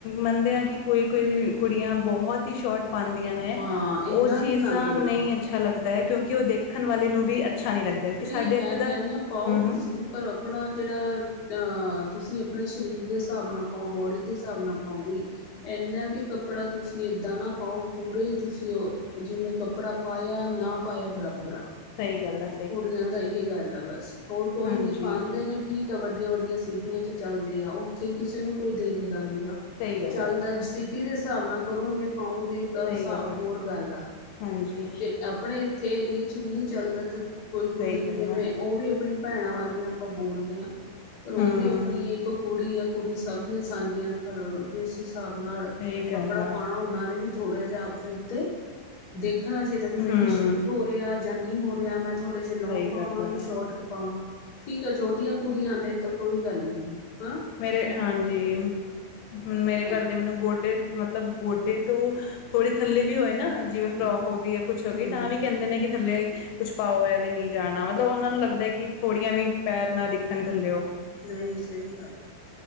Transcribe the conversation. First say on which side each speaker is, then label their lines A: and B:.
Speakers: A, on the left (about 80°); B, on the left (about 35°).
A: ਮੰਨਦੇ ਆਂ ਕਿ ਕੋਈ-ਕੋਈ ਕੁੜੀਆਂ ਬੋਹਤ ਈ ਸ਼ੋਟ ਪਾਂਦੀਆਂ ਨੇ,
B: ਹਾਂ
A: ਓ
B: ਇੰਨਾ
A: ਚੀਜ਼ਾਂ
B: ਵੀ ਨਾ ਕਰੋ।
A: ਨਈਂ ਏ ਅੱਛਾ ਲੱਗਦਾ ਐ ਕਿਉਂਕਿ ਓ ਦੇਖਣ ਵਾਲੇ ਨੂੰ ਵੀ ਅੱਛਾ ਨ੍ਹੀਂ ਲੱਗਦਾ। ਕਿਉਂਕਿ
B: ਨਈਂ
A: ਸਾਡੇ
B: ਮੈਂ
A: ਇੱਥੇ
B: ਕੈੰਨੀ
A: ਦਾ
B: ਆਂ ਪਾਓ
A: ਹਮ
B: ਤੁਸੀਂ
A: ਹਮ
B: ਪਰ ਆਪਣਾ ਜੇੜਾ ਅਹ ਤੁਸੀਂ ਆਪਣੇ ਸਰੀਰ ਦੇ ਸਾਬ ਨਾਲ ਪਾਓ। ਬੋਡੀ ਦੇ ਸਾਬ ਨਾਲ ਪਾਓ ਵੀ। ਏਨਾਂ ਵੀ ਕੱਪੜਾ ਤੁਸੀਂ ਏਦਾਂ ਨਾ ਪਾਓ, ਪੂਰੇ ਈ ਤੁਸੀਂ ਓ ਜਿਵੇਂ ਕੱਪੜਾ ਪਾਇਆ, ਨਾਂ ਪਾਇਆ। ਬਰਾਬਰ ਆ।
A: ਸਈ ਗੱਲ ਐ।
B: ਕੁੜੀਆਂ ਦਾ ਇਹ ਗੱਲ ਆ ਬਸ। ਹੋਰ ਕੋਈ
A: ਹਾਂਜੀ
B: ਨੀਂ ਪਾਂਦੇ ਨੇ ਠੀਕ। ਵੱਡੀਆਂ-ਵੱਡੀਆਂ ਸਿਟੀਆਂ ਚ ਚੱਲਦੇ ਆ, ਓਥੇ ਕਿਸੇ ਨੂੰ ਕੋਈ ਦੇਖਦਾ ਨੀਂ ਗਾ।
A: ਸਹੀ ਗੱਲ
B: ਚੱਲਦਾ।
A: ਆ
B: ਸਿਟੀ ਦੇ ਸਾਬ ਨਾਲ ਕਰੋਂਗੇ, ਪਾਓਂਗੇ। ਤਾਂ
A: ਸਹੀ
B: ਸਾਬ
A: ਗੱਲ ਆ
B: ਹੋਰ ਗੱਲ ਆ।
A: ਹਾਂਜੀ
B: ਜੇ ਅਪ ਆਪਣੇ ਇੱਥੇ ਏਰੀਏ ਚ ਨਈਂ ਚੱਲਦਾ ਤੇ ਕੋਈ ਕੁੜੀ
A: ਸਹੀ ਗੱਲ
B: ਜਿਵੇਂ
A: ਆ
B: ਓ ਵੀ ਅਪਣੇ ਆਪਣੀ ਭੈਣਾਂ ਵਰਗੀਆਂ ਆਪਾਂ ਬੋਲਦੇ ਆ, ਪਰ ਓ
A: ਹਮ
B: ਵੀ ਆਪਣੀ ਇੱਕ ਕੁੜੀ ਆ। ਕੁੜੀ ਸਭ ਦੀਆਂ ਸਾਂਝੀਆਂ ਨੇ ਪਰ ਜਿਸ ਸਾਬ ਨਾਲ
A: ਸਹੀ ਗੱਲ
B: ਕੱਪੜਾ
A: ਆ
B: ਪਾਨਾਂ ਓਨਾਂ ਨੇ ਵੀ। ਥੋੜ੍ਹਾ ਜਿਆ ਆਪਣੇ ਉੱਤੇ। ਦੇਖਣਾ ਚਾਈਦਾ ਵੀ ਮੈਨੂੰ
A: ਹਮ
B: ਸੂਟ ਹੋ ਰਿਆ ਜਾਂ ਨਹੀਂ ਹੋ ਰਿਆ। ਮੈਂ ਥੋੜ੍ਹੇ ਜੇ ਲੋਂਗ
A: ਸਹੀ
B: ਪਾਵਾਂ
A: ਗੱਲ
B: ਕਿ
A: ਆ
B: ਸ਼ੋਰਟ ਕ ਪਾਵਾਂ। ਠੀਕ ਆ, ਛੋਟੀਆਂ ਕੁੜੀਆਂ ਨੇ ਤਾਂ ਕੋਈ ਗੱਲ ਨਈਂ। ਹਨਾਂ!
A: ਮੇਰੇ ਹਾਂਜੀ, ਹੁਣ ਮੇਰੇ
B: ਹਾਂਜੀ
A: ਘਰ ਦੇ ਮੈਨੂੰ ਗੋਡੇ ਮਤਲਬ ਗੋਡੇ ਤੋਂ ਥੋੜੀ ਥੱਲੇ ਵੀ ਹੋਏ ਨਾਂ, ਜਿਵੇਂ ਫਰੋਕ
B: ਹਮ ਹਮ
A: ਹੋ ਗਈ ਜਾਂ ਕੁੱਛ ਹੋ
B: ਹਮ
A: ਗਈ ਤਾਂ
B: ਹਮ
A: ਵੀ ਕੈਂਦੇ ਨੇ ਕਿ ਥੱਲੇ ਕੁਛ ਪਾਓ ਐਵੇਂ ਨੀ ਜਾਣਾ। ਮਤਲਬ ਓਨਾਂ ਨੂੰ ਲੱਗਦਾ ਕੀ ਥੋੜੀਆਂ ਵੀ ਪੈਰ ਨਾਂ ਦਿਖਣ, ਥੱਲਿਓ।
B: ਨਈਂ ਸਈ ਗੱਲ ਐ,